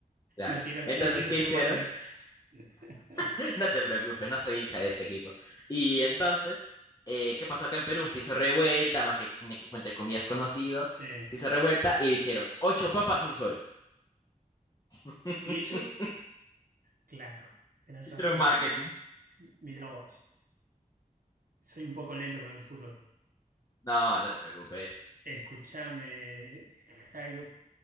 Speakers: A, on the left (about 25°); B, on the right (about 80°).
A: claro.
B: No quiero,
A: Entonces,
B: no quiero
A: ¿qué
B: ser
A: hicieron?
B: malo, ¿eh? <laughs>
A: <laughs> No te preocupes, no soy hincha de ese equipo. Y entonces, eh, ¿qué pasó acá en Perú? Se hizo revuelta, más que es un equipo entre comillas conocido.
B: Sí.
A: Se hizo revuelta y dijeron, ocho papas, un sol. <laughs>
B: Y eso, claro, tenés
A: Hicieron
B: razón.
A: marketing.
B: Mira vos, soy un poco lento con el fútbol.
A: No, no te preocupes.
B: Escúchame, Jairo,